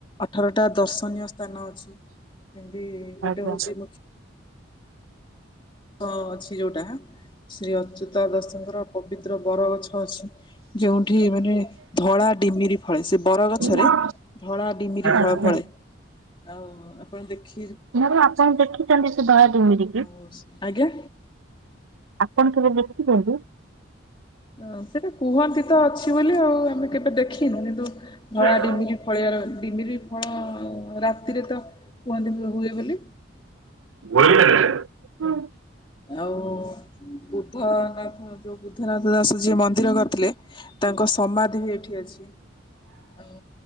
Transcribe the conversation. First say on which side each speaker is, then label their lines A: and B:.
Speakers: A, on the left; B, on the right.
A: ଅଠରଟା ଦର୍ଶନୀୟ ସ୍ଥାନ ଅଛି। ଯେମିତି ଗୋଟେ
B: ଆଜ୍ଞା
A: ହଉଛି
B: ଆଜ୍ଞା।
A: ମୁଖ୍ୟ ହୋ ଅଛି ଯୋଉଟା ଶ୍ରୀ ଅଚ୍ୟୁତା ଦାଶଙ୍କର ପବିତ୍ର ବର ଗଛ ଅଛି ଯେଉଁଠି ମାନେ ଧଳା ଡିମିରି ଫଳେ, ସେ ବରଗଛରେ
B: ଆଚ୍ଛା
A: ଧଳା ଡିମିରି
B: ଆଚ୍ଛା
A: ଫଳ ଫଳେ, ଆଉ ଆପଣ ଦେଖି
B: ମ୍ୟାଡାମ୍ ଆପଣ ଦେଖିଛନ୍ତି ସେ ଧଳା ଡିମିରି
A: ଆଉ
B: କି?
A: ଆଜ୍ଞା।
B: ଆପଣ କେବେ ଦେଖିଛନ୍ତି?
A: ହଁ ସେଟା କୁହନ୍ତି ତ ଅଛି ବୋଲି ଆଉ, ଆମେ କେବେ ଦେଖିନୁ। କିନ୍ତୁ
B: ଦେଖିଛନ୍ତି?
A: ଧଳା ଡିମିରି ଫଳିବାର, ଡିମିରି ଫଳ ରାତିରେ ତ କୁହନ୍ତି ହୁ-ହୁଏ ବୋଲି।
B: <unintelligible>
A: ଆଉ ବୁଦ୍ଧନାଥ ଯୋଉ ବୁଦ୍ଧନାଥ ଦାସ ଯିଏ ମନ୍ଦିର କରିଥିଲେ। ତାଙ୍କ ସମାଧି ବି ଏଇଠି ଅଛି, ଆଉ